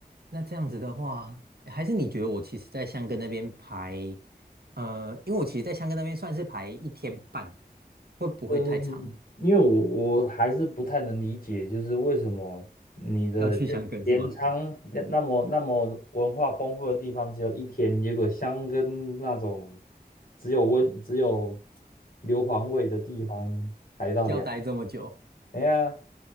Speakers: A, on the right; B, on the left.
A: 那这样子的话，诶还是你觉得我其实在香根那边排，呃，因为我其实，在香根那边算是排一天半，会不会太长？
B: 嗯，因为我我还是不太能理解，就是为什么你的镰镰仓那那么那么文化丰富的地方只有一天，
A: 要去香根是吗？
B: 结果箱根那种只有温只有硫磺味的地方排到两，
A: 要待这么久？
B: 哎呀，